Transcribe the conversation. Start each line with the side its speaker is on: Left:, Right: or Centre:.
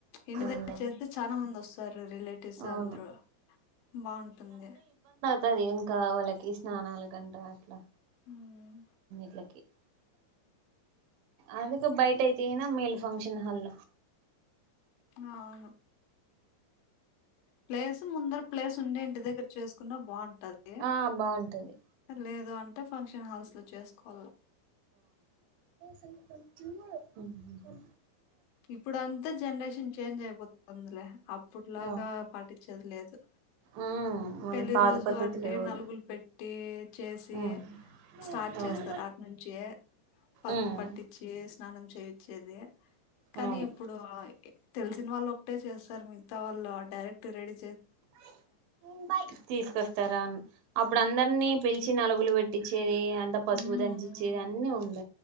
Left: ఇంటి
Right: అవునులే
Left: దగ్గర చేస్తే చాలా మంది వస్తారు రిలేటివ్స్
Right: అవును
Left: అందరు బాగుంటుంది
Right: తది ఇంకా వాళ్ళకి స్నానాలకి అంట అట్లా
Left: ఉమ్,
Right: ట్లకి అందుకు బయట అయితేనా మేలు ఫంక్షన్ హల్
Left: అవును ప్లేస్ ముందర ప్లేస్ ఉండే ఇంటి దగ్గర్ చేసుకున్నా బాగుం ఉంటది
Right: ఆ బాగుంటది
Left: లేద అంటే ఫంక్షన్ హాల్స్ లో చేసుకోవాల
Right: కొంచెం చిన్నది హ్మ్ హ్మ్
Left: ఇప్పుడు అంతా జనరేషన్ చేంజ్ అయిపోతుందిలే అప్పుట్లాగా
Right: ఆ
Left: పాటించ దిలేదు
Right: ఉమ్
Left: పెళ్లి
Right: పాత
Left: రోజు
Right: పద్ధతులు
Left: అంటే
Right: ఎవరు
Left: నలుగులు పెట్టి చేసి
Right: ఉమ్
Left: స్టార్ట్
Right: అవును
Left: చేస్తారు అటి నుంచి పసుపు
Right: ఉమ్
Left: పట్టించి స్నానం చేయిచ్చేది కానీ
Right: అవును
Left: ఇప్పుడు ఆ <inaudible> తెలిసిన వాళ్ళు ఒకటే చేస్తారు మిగతా వాళ్లు direct ready
Right: by um by తీసుకొస్తారు అవును అప్పుడు అందరినీ పిలిచి నలుగులు పెట్టించేది అంత పసువు
Left: ఉమ్,
Right: దంచిచ్చేది
Left: ఉమ్.
Right: అన్నీ ఉండ